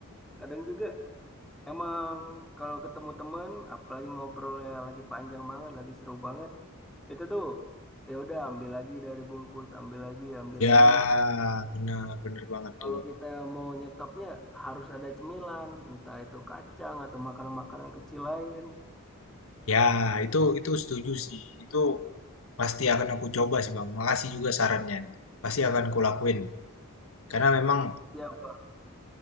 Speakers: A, in the centre; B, on the left.
A: kadang juga emang kalau ketemu teman, apalagi ngobrolnya lagi panjang banget, lagi seru banget, itu tuh ya udah ambil lagi dari bungkus, ambil lagi, ambil
B: ya
A: lagi.
B: benar benar banget
A: Kalau
B: tuh.
A: kita mau nyetopnya harus ada cemilan, entah itu kacang atau makanan-makanan kecil lain.
B: Ya itu itu setuju sih. Itu pasti akan aku coba sih Bang. Makasih juga sarannya. Pasti akan kulakuin. Karena memang
A: Ya, Bang.